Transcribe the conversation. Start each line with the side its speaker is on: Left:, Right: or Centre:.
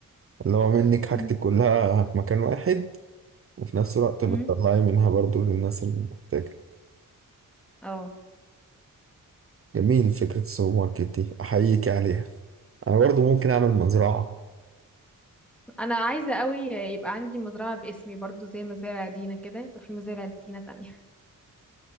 Right: اللي هو منك حاجتك
Centre: مم.
Right: كلها في مكان واحد وفي نفس الوقت
Centre: مم.
Right: بتطلعي منها برضه للناس اللي محتاجة
Centre: اه
Right: جميل فكرة السوبر ماركت دي أحييك عليها أنا برضه ممكن أعمل مزرعة
Centre: انا عايزة قوي يبقى عندي مزرعة باسمي برضو زي مزارع دينا كده يبقى في مزارع دينا تانية